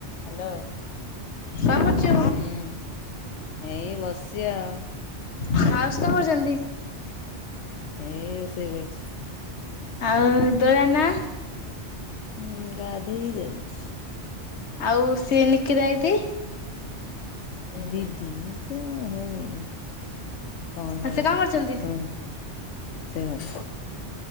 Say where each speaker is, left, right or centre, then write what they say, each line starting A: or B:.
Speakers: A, on the left; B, on the left.
A: Hello,
B: କଣ କରୁଛୁ?
A: ହୁଁ ଏଇ ବସିଛି ଆଉ।
B: ହାସ୍ <unintelligible>
A: ଏଇ ରୋଷେଇ କରୁଛି।
B: ଆଉ <unintelligible> ନା
A: ହୁଁ ଗାଧେଇ ଯାଇଛି।
B: ଆଉ ସିଏ ନିକିତା ଦିଦି
A: ଦିଦି ତ ହେଇ କଣ
B: ଆଉ
A: ନାଉଛି
B: ସେ କରୁଛନ୍ତି?
A: ଶୁଣୁ ସେ ଘରେ